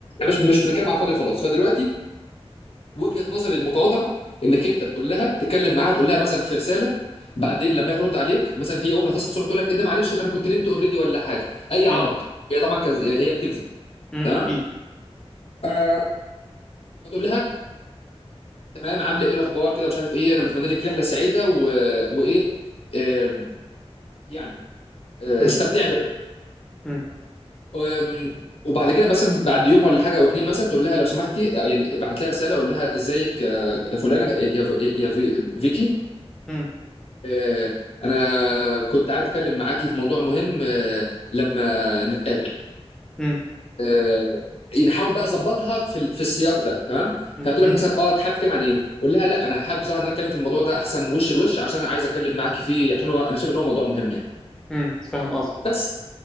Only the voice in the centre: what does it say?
م-
م-
م.
اكيد
م-
م-
م-
م-
م-
م-
م. فاهم قصدك